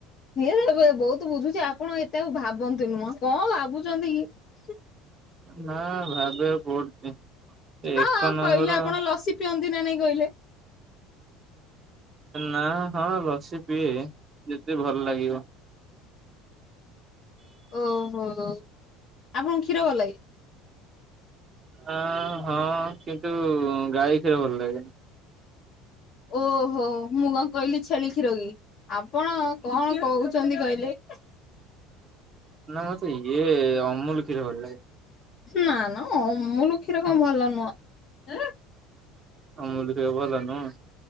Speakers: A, on the left (about 50°); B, on the right (about 30°).
A: ସିଏ ତ ଏବେ ବହୁତ ବୁଝୁଛି ଆପଣ ଏଟାକୁ ଭାବନ୍ତୁନି। ଭାବନ୍ତୁନି ମ କଣ ଭାବୁଛନ୍ତି କି?
B: ନା ଭାବିବାକୁ ପଡୁଛି ଏକ
A: ହଁ ଆଉ
B: ନମ୍ବର
A: କହିଲେ ଆପଣ ଲସି ପିଅନ୍ତି ନା ନାଇଁ କହିଲେ
B: ନା ହଁ ଲସି ପିଏ, ଯେତେ ଭଲ ଲାଗିବ।
A: ଓହୋ, ଆପଣଙ୍କୁ କ୍ଷୀର ଭଲ ଲାଗେ।
B: ଆ ହଁ କିନ୍ତୁ ଗାଈ କ୍ଷୀର ଭଲ ଲାଗେ।
A: ଓହୋ ମୁଁ କଣ କହିଲି ଛେଳି କ୍ଷୀର କି। ଆପଣ କଣ କହୁଛନ୍ତି କହିଲେ। <inaudible>
B: ନା ମତେ ଇଏ ଅମୁଲ କ୍ଷୀର ଭଲ ଲାଗେ।
A: ନା ନା ଅମୁଲୁ କ୍ଷୀର କଣ ଭଲ ନୁହଁ।
B: ଅମୁଲୁ କ୍ଷୀର ଭଲ ନୁହଁ।